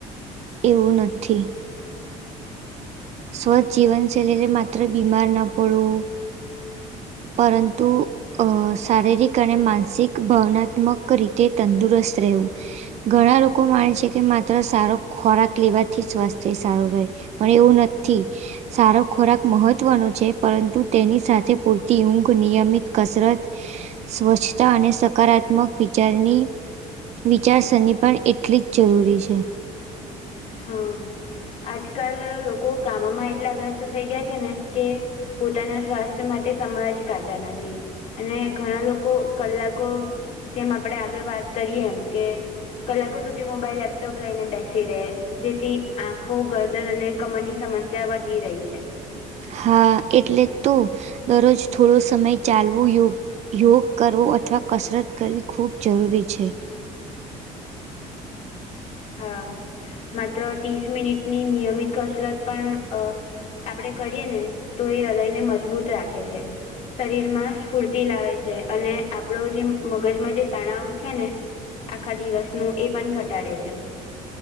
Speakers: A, on the right (about 50°); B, on the left (about 50°).
A: એવું નથી. સ્વચ્છ જીવનશૈલીને માત્ર બીમાર ન પડવું પરંતુ અ શારીરિક અને માનસિક ભાવનાત્મક રીતે તંદુરસ્ત રહેવું. ઘણા લોકો માને છે કે માત્ર સારો ખોરાક લેવાથી સ્વાસ્થ્ય સારું રહે. પણ એવું નથી. સારો ખોરાક મહત્વનો છે પરંતુ તેની સાથે પૂરતી ઊંઘ, નિયમિત કસરત સ્વચ્છતા અને સકારાત્મક વિચારની વિચારસરણી પણ એટલી જ જરૂરી છે.
B: હા, આજકાલ લોકો કામમાં એટલા વ્યસ્ત થઈ ગયા છે ને કે પોતાના સ્વાસ્થ્ય માટે સમય જ કાઢતા નથી. અને ઘણા લોકો કલાકો જેમ આપણેે આગળ વાત કરીએ એમ કે કલાકો સુધી મોબાઈલ, લેપટોપ લઈને બેસી રહે. જેથી આંખો, ગરદન અને કમરની સમસ્યા વધી રહી છે.
A: હા, એટલે જ તો, દરરોજ થોડો સમય ચાલવું યોગ યોગ કરવો અથવા કસરત કરવી ખૂબ જરૂરી છે.
B: હા, માત્ર ત્રીસ મિનિટની નિયમિત કસરત પણ અ આપદે કરીએને તો એ હૃદયને મજબૂત રાખે છે. શરીરમાં સ્ફૂર્તિ લાવે છે અને આપણો જે મગજમાં જે તણાવ છે ને આખા દિવસનું એ પણ ઘટાડે છે.